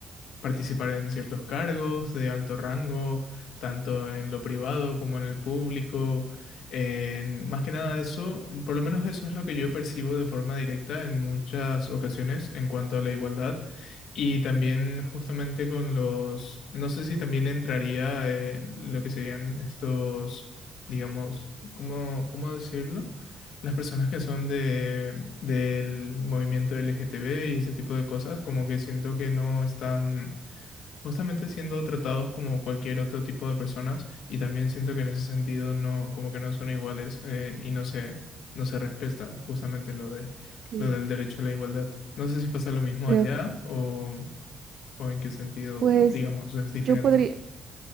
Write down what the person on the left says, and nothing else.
participar en ciertos cargos de alto rango, tanto en lo privado como en el público. En, más que nada eso, por lo menos eso es lo que yo percibo de forma directa en muchas ocasiones en cuanto a la igualdad. Y también justamente con los, no sé si también entraría en lo que serían estos, digamos, ¿cómo, cómo decirlo? Las personas que son de, del movimiento LGTB y ese tipo de cosas, como que siento que no están Justamente siendo tratados como cualquier otro tipo de personas y también siento que en ese sentido no, como que no son iguales eh, y no se, no se respeta justamente lo de,
lo del derecho a la igualdad. No sé si pasa lo mismo
allá
o, o en qué sentido,
digamos, es diferente.